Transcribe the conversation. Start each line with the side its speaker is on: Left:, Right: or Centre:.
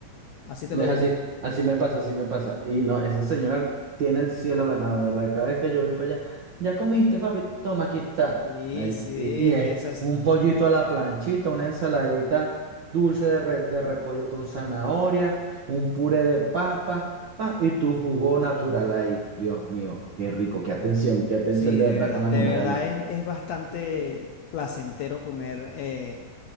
Left: así te
Right: Es
Left: lo digo.
Right: así, así me pasa, así me pasa. Y no, esa señora tiene el cielo ganado, de verdad. Cada vez que yo voy para allá, ya comiste, papi, toma, aquí está.
Left: Sí,
Right: Mari-
Left: sí,
Right: Y,
Left: es
Right: y es
Left: que esas,
Right: un pollito a la planchita, una ensaladita dulce de, re- de repollo con zanahoria, un puré de papa, ah, y tu jugo natural ahí. Dios mío, qué rico, qué atención, qué atención
Left: sí,
Right: de
Left: de
Right: verdad
Left: verdad,
Right: con la
Left: de
Right: mamá
Left: verdad
Right: de Ali.
Left: es, es bastante placentero comer. eh,